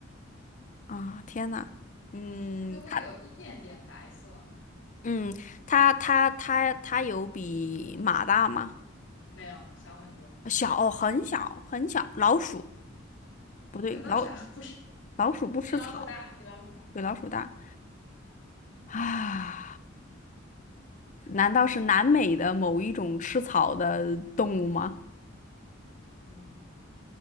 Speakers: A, on the left; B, on the left.
A: 啊！天呐，嗯，
B: 它会有一点点白色，
A: 它嗯它它它它有比马大吗？
B: 没有，小很多，
A: 小，哦很小很小，老鼠不对，
B: 怎么那么喜欢？
A: 老
B: <laughs> 不是，
A: 老鼠不吃草，
B: 比老鼠大，比老鼠大，
A: 比老鼠大啊？难道是南美的某一种吃草的动物吗？
B: 嗯。